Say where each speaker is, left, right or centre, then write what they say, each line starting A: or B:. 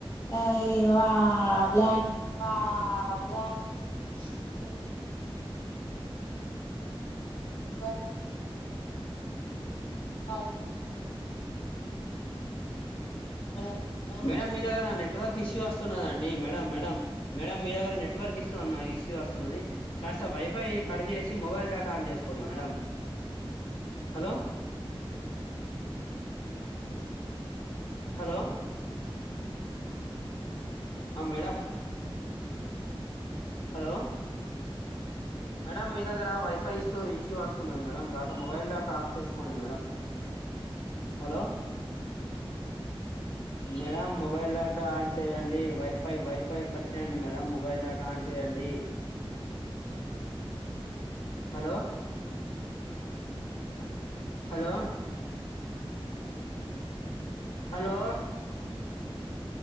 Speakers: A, on the left; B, on the left.
A: అ ఇ ల్యాండ్
B: వా ల్యాండ్ మ్మ్ అ అ <inaudible> అ మేడం మీ దగ్గర నెట్వర్క్ ఇష్యూ వస్తున్నదండి మేడం మేడం మేడం మీ దగ్గర నెట్వర్క్ ఇస్తున్నాయి ఇస్యూ వస్తున్నది కాస్త వైఫై కట్ చేసి మొబైల్ డటా ఆన్ చేసుకోండి మేడం హలో హలో ఆ మేడం హలో మేడం మీ దగ్గర వైఫై ఇష్యూ వస్తున్నది మేడం కాస్త మొబైల్ డటా ఆఫ్ చేసుకోండి madam hello madam mobile data on చేయండి వైఫై వైఫై కడిచేయండి మేడం మొబైల్ డేటా ఆన్ చేయ అండి hello hello hello